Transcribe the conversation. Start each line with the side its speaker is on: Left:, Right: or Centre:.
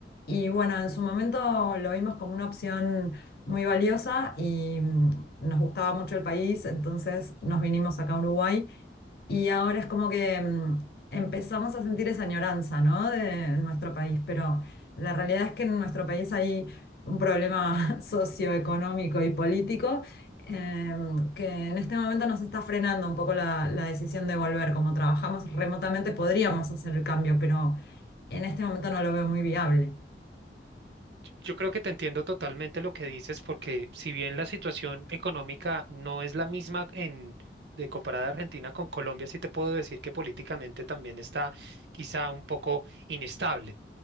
Left: Y bueno, en su momento lo vimos como una opción muy valiosa y mm, nos gustaba mucho el país, entonces nos vinimos acá a Uruguay y ahora es como que mm, empezamos a sentir esa añoranza, ¿no? De nuestro país, pero la realidad es que en nuestro país hay un problema <laughs> socioeconómico y político eh, que en este momento nos está frenando un poco la, la decisión de volver. Como trabajamos remotamente, podríamos hacer el cambio, pero en este momento no lo veo muy viable.
Right: Yo creo que te entiendo totalmente lo que dices, porque si bien la situación económica no es la misma en de comparada Argentina con Colombia, sí te puedo decir que políticamente también está quizá un poco inestable.